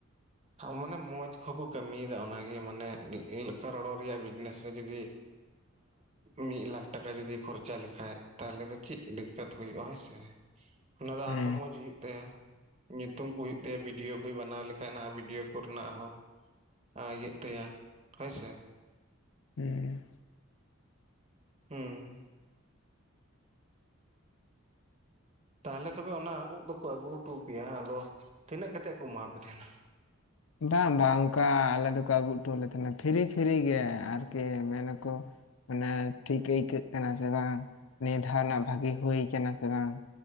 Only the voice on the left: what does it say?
ᱦᱮᱸ
ᱦᱩᱸ᱾
ᱵᱟᱝ ᱵᱟᱝ ᱚᱱᱠᱟ ᱟᱞᱮ ᱫᱚᱠᱚ ᱟᱹᱜᱩ ᱦᱚᱴᱚᱣᱟᱞᱮ ᱛᱟᱦᱮᱸᱱᱟ ᱯᱷᱤᱨᱤ ᱯᱷᱤᱨᱤ ᱜᱮ ᱟᱨᱠᱤ ᱢᱮᱱᱟᱠᱚ ᱢᱟᱱᱮ ᱴᱷᱤᱠ ᱟᱹᱭᱠᱟᱹᱜ ᱠᱟᱱᱟ ᱥᱮ ᱵᱟᱝ, ᱱᱤᱭᱟᱹ ᱫᱷᱟᱣ ᱨᱮᱱᱟᱜ ᱵᱷᱟᱹᱜᱤ ᱦᱩᱭ ᱠᱟᱱᱟ ᱥᱮ ᱵᱟᱝ᱾